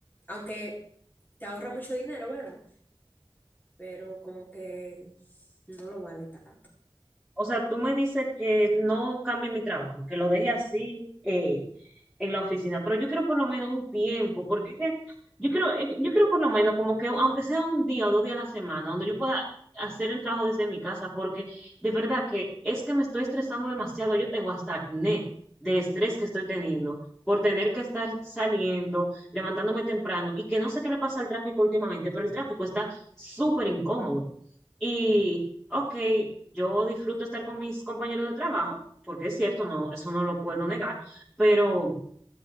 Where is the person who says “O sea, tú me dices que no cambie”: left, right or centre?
Centre